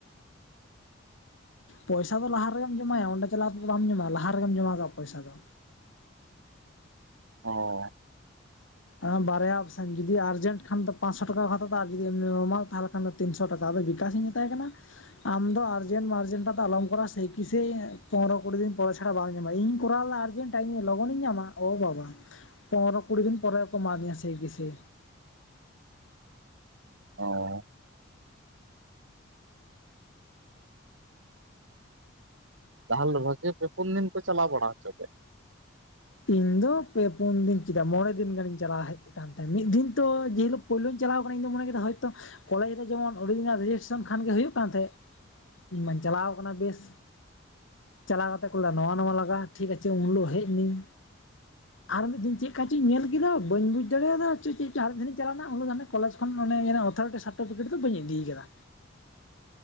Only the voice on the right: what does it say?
ᱚ᱾
ᱚ᱾ ᱛᱟᱦᱚᱞᱮ ᱢᱚᱡᱚᱜᱮ ᱯᱮ ᱯᱩᱱ ᱫᱤᱱ ᱠᱚ ᱪᱟᱞᱟᱣ ᱵᱟᱲᱟ ᱦᱚᱪᱚᱠᱮᱫ